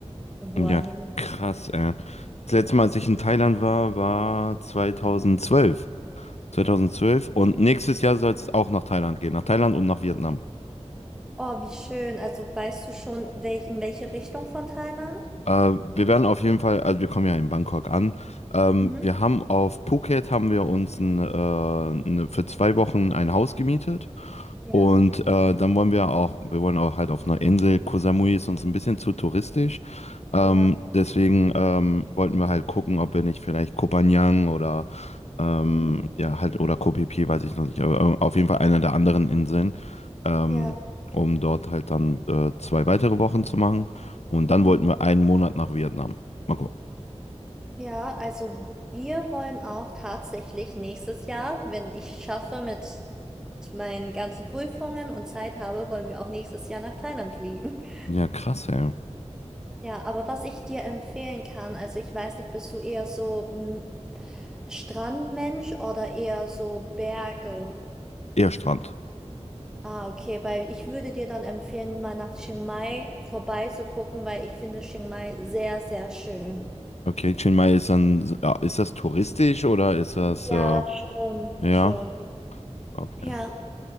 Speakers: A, in the centre; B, on the left.
A: Hua
B: Ja,
A: Hin.
B: krass, ey. Das letzte Mal, als ich in Thailand war, war 2012. 2012. Und nächstes Jahr soll es auch nach Thailand gehen, nach Thailand und nach Vietnam.
A: Oh, wie schön. Also weißt du schon, welch, in welche Richtung von Thailand?
B: Äh, wir werden auf jeden Fall, also wir kommen ja in Bangkok an. Ähm,
A: Mhm.
B: wir haben auf Phuket haben wir uns ein, äh, eine- für zwei Wochen ein Haus gemietet
A: Ja,
B: Und äh, dann wollen wir auch, wir wollen auch halt auf einer Insel. Koh Samui ist uns ein bisschen zu touristisch. Ähm,
A: ja,
B: deswegen ähm, wollten wir halt gucken, ob wir nicht vielleicht Koh Phangan oder ähm,
A: mhm.
B: ja halt oder Koh Phi Phi, weiß ich noch nicht, aber äh, auf jeden Fall einer der anderen Inseln, ähm,
A: Ja.
B: um dort halt dann äh, zwei weitere Wochen zu machen. Und dann
A: mhm.
B: wollten wir einen Monat nach Vietnam. Mal gucken.
A: Ja, also wir wollen auch tatsächlich nächstes Jahr, wenn ich schaffe mit meinen ganzen Prüfungen und Zeit habe, wollen wir auch nächstes Jahr nach Thailand fliegen. <laughs>
B: Ja, krass, ey.
A: Ja, aber was ich dir empfehlen kann, also ich weiß nicht, bist du eher so m, Strandmensch oder eher so Berge?
B: Eher Strand.
A: Ah, okay, weil ich würde dir dann empfehlen, mal nach Chiang Mai vorbeizugucken, weil ich finde Chiang Mai sehr, sehr schön.
B: Okay, Chiang Mai ist dann, ja, ist das touristisch oder ist das,
A: Ja,
B: äh,
A: schon,
B: ja,
A: schon.
B: okay.
A: Ja,